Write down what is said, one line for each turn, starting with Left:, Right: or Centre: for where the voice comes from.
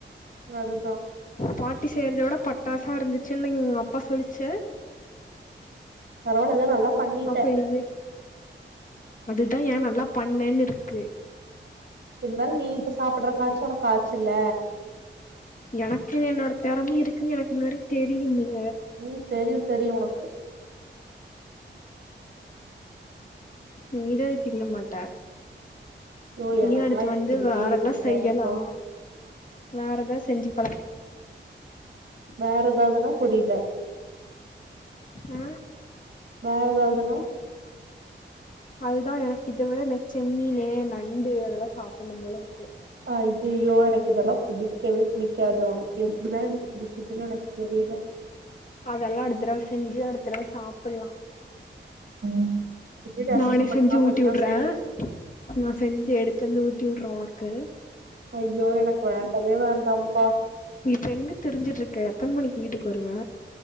Right: அது
Left: பாட்டி செய்யறத விட பட் பட்டாசா இருந்துச்சுனு எங்க அப்பா சொல்லிச்சு
Right: பரவால்லதா நல்லா பண்ணிட்ட
Left: அப்ப இனிமே அதுதா ஏ நல்லா பண்ணேன்னு இருக்கு
Right: இருந்தாலு நீ இப்ப சாப்புட்ற காச்சு உனக்கு காச்சுல்ல
Left: எனக்குன்னு என்னோட திறம இருக்குன்னு எனக்கு முன்னாடி தெரியும்ல
Right: ம் தெரியு தெரியு உனக்கு
Left: நீ தா இது திங்கமாட்ட
Right: ஐயோ
Left: இனியு
Right: எனக்கெல்லா
Left: அடுத்து
Right: இது
Left: வந்து
Right: புடிக்கவே
Left: வேறல்லா
Right: புடிக்காதுப்பா
Left: செய்யலா வேறதா செஞ்சுப்
Right: வேற எதாவதுனா புரியல
Left: அ
Right: வேற எதாவதுன்னா
Left: அதுதா எனக்கு இதவிட எனக்கு செம்மீனு நண்டு அதெல்லா சாப்பிடனு போல இருக்கு
Right: அய்அய்யோ எனக்கு இதெல்லா புடிக்கவே புடிக்காது உனக்கு எப்படிதா இது பிடிக்குதுன்னு எனக்கு தெரியுல
Left: அதெல்லா அடுத்தரவ செஞ்சு அடுத்தரவ சாப்பலா
Right: இந்த வீடு அசிங்கப்படுத்தாம
Left: நானே செஞ்சு ஊட்டிவுடுறே
Right: இருந்தா சரி
Left: நா செஞ்சி எடுத்து வந்து ஊட்டிவுடுறே உனக்கு
Right: ஐயோ எனக்கு வேண்டவே வேண்டாம்ப்பா
Left: இப்ப எங்க திரிஞ்சிட்டு இருக்க எத்தன மணிக்கு வீட்டுக்கு வருவ